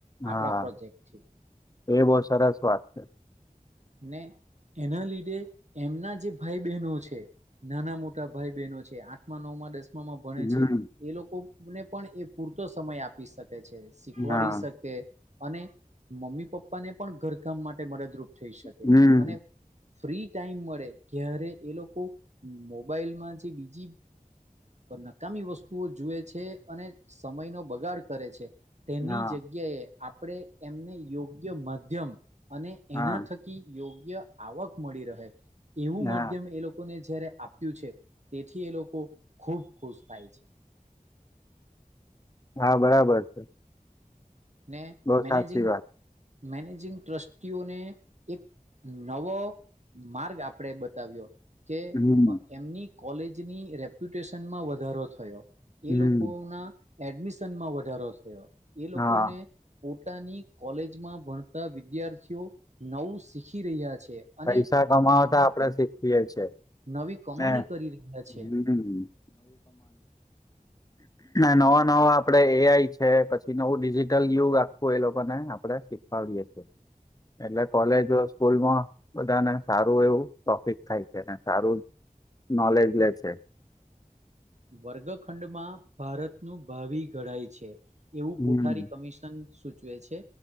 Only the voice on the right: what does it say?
આપણા પ્રોજેક્ટથી
નને. એના લીધે એમના જે ભાઈ બહેનો છે નાના મોટા ભાઈ બહેનો છે આઠ નવ માં દસ. ભણે
છે એ લોકોને પણ એ પૂરતો સમય આપી શકે. શીખવાડી
શકે અને મમ્મી પપ્પા ને પણ ઘરકામ માટે મદદરૂપ. થઈ શકે
અને. ફ્રી ટાઈમ મળે ત્યારે એ લોકો મોબાઈલ માં જે બીજી. નકામી વસ્તુઓ જુએ છે અને સમય નો બગાડ કરે છે. તેની
જગ્યાએ આપણે એમને યોગ્ય માધ્યમ અને એના.
યોગ્ય આવક મળી રહે એવું
માધ્યમ એ લોકોને જયારે આપ્યું છે. તેથી એ લોકો ખુબ ખુશ થાય છે.
ને
મેનેજિંગ
મેનેજિંગ ટ્રસ્ટીઓને એક. નવો માર્ગ આપણે બતાવ્યો. કે
એમની કોલેજની રેપ્યુટેશનમાં વધારો થયો.
એ લોકો ના એડમિશનમાં વધારો થયો.
ને <unintelligible> ની કોલેજમાં ભણતા વિદ્યાર્થીઓ નવું શીખી રહ્યા છે. અને
નવી
નવી કમાણી
કરી રહ્યા છે
વર્ગખંડમાં ભારતનું ભાવિ ઘડાય છે. એવું
કોઠારી કમિશન સૂચવે છે